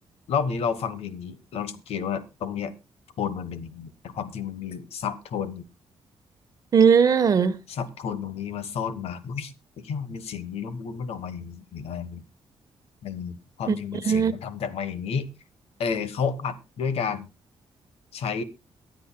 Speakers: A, on the left (about 80°); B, on the right (about 35°).
A: รอบนี้เราฟังเพลงนี้เราสังเกตว่าตรงเนี้ยโทนมันเป็นอย่างนี้แต่ความจริงมันมีซับโทน
B: อืม
A: ซับโทนตรงนี้มาซ่อนมาอุ้ยแอ่แค่มันเป็นเสียงนี้แล้วมูดมันออกมาอย่างนี้หรืออะไรอย่างเงี้ย เออความจริงมันเสียงมันทำจากมาอย่างนี้
B: อืม
A: เออเขาอัดด้วยการใช้